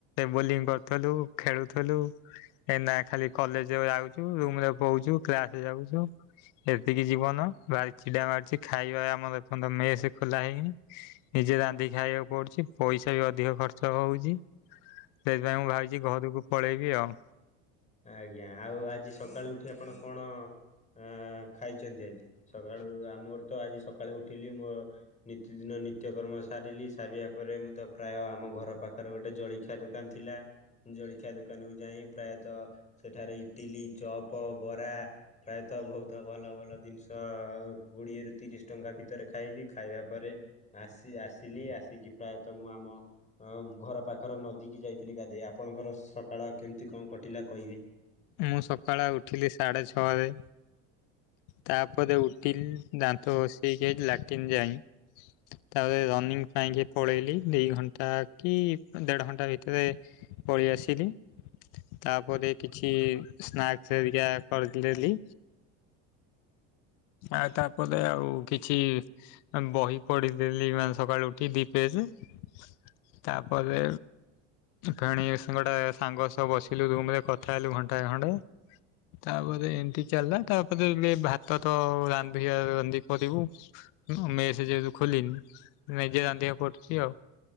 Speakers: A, on the left (about 65°); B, on the left (about 20°).
A: ବୋଲିଂ କରୁଥିଲୁ ଖେଳୁଥିଲୁ। ଏଇନା ଖାଲି କଲେଜ ଯାଉଛୁ ରୁମରେ ବଉଛୁ କ୍ଲାସ ଯାଉଛୁ। ଏତିକି ଯିବନ ବାରି ଛିଡା ମାରୁଛି ଖାଇବା ଆମର ଏ ପଯ୍ୟନ୍ତ ମେ ସେ ଖୋଲା ହେଇନି। ନିଜେ ରାନ୍ଧିକି ଖାଇବାକୁ ପଡୁଛି ପଇସା ବି ଅଧିକ ଖର୍ଚ୍ଚ ହଉଛି। ସେଇଥିପାଇଁ ମୁଁ ଭାବିଛି ଘରକୁ ପଳେଇବି ଆଉ।
B: ଆଜ୍ଞା ଆଉ ଆଜି ସକାଳୁ ଉଠି ଆପଣ କଣ ହେ ଖାଇଛନ୍ତି ଆଜି ସକାଳୁ ମୋର ତ ଆଜି ସକାଳୁ ଉଠିଲି ମୋର ନିତି ଦିନ ନିତ୍ୟକର୍ମ ସାରିଲି ସାରିବା ପରେ ମୁଁ ତ ପ୍ରାୟ ଆମ ଘର ପାଖରେ ଗୋଟେ ଜଳିକି ଖିଆ ଦୋକାନ ଥିଲା ଜଳଖିଆ ଦୋକାନକୁୁ ଯାଇ ପ୍ରାୟତଃ ସେଠାରେ ଇଟିଲି, ଚପ, ବରା ପ୍ରାୟତଃ ବହୁତ ଭଲ ଭଲ ଜିନିଷ କୋଡିଏରୁ ତିରିଶ ଟଙ୍କା ଭିତରେ ଖାଇଲି। ଖାଇବା ପରେ ଆସି ଆସିଲି ଆସିକି ପ୍ରାୟତଃ ମୁଁ ଆମ ଅ ଘର ପାଖରେ ନଦୀ କିି ଯାଇଥିଲି ଗାଧେଇ ଆପଣଙ୍କର ସକାଳ କେମିତି କଣ କଟିଲା କହିବେ।
A: ମୁଁ ସକାଳେ ଉଠିଲି ସାଢେ ଛଅରେ ତାପରେ ଉଠିଲି ଦାନ୍ତ ଘଷେଇକି ଲାଟିନ୍ ଯାଇ ତାପରେ ରନିଂ ପାଇଁ କି ପଳେଇଲି ଦି ଘଣ୍ଟା କି ଦେଢ ଘଣ୍ଟା ଭିତରେ ପଳେଇଆସିଲି। ତାପରେ କିଛି ସ୍ନାକ୍ସ ହେରିକା କରିଦଲି। ଆଉ ତାପରେ ଆଉ କିଛି ବହି ପଢିଦେଲି ମାନେ ସକାଳୁ ଉଠି କି ଦି ପେଜ୍ - ତାପରେ ଫେଣି ଗୋଟେ ସାଙ୍ଗ ସହ ବସିଲୁ ରୁମରେ କଥା ହେଲୁ ଘଣ୍ଟାଏ ଖଣ୍ଡେ ତାପରେ ଏମିତି ଚାଲିଲା ତାପରେ ଭାତ ତ ରାନ୍ଧ ରାନ୍ଧି କରିବୁ। ମେସେ ଯେହେତୁ ଖୋଲିନି ନିଜେ ରାନ୍ଧିବାକୁ ପଡୁଛି ଆଉ।